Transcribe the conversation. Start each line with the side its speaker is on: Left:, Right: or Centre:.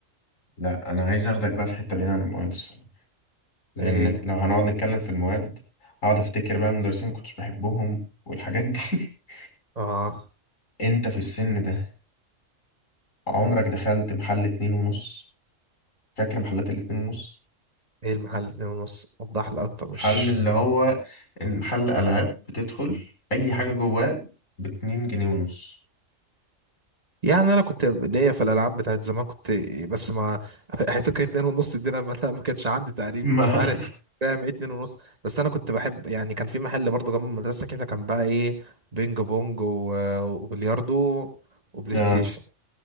Left: لا انا عايز اخدك بقى في حتة بعيدة عن المواد الصراحة لان
Right: ايه هي
Left: لو هنقعد نتكلم في المواد اقعد افتكر بقى المدرسين ما كنتش بحبهم والحاجات دي <laughs>
Right: اه
Left: انت في السن ده عمرك دخلت محل اتنين ونص فاكر محلات الاتنين ونص
Right: ايه المحل اتنين ونص وضح لي اكتر مش
Left: محل اللي هو محل العاب بتدخل اي حاجه جواه باتنين جنيه ونص
Right: يعني انا كنت ليا في الالعاب بتاعت زمان كنت بس ما <laughs> فكره اتنين ونص دي انا ما <laughs> ما كانش عندي تقريبا
Left: ما
Right: مش عارف فاهم ايه اتنين ونص بس انا كنت بحب يعني كان في محل برضه جنب المدرسه كده كان بقى ايه بينج بونج و- وبلياردو
Left: <laughs>
Right: وبلاي
Left: اه
Right: ستيشن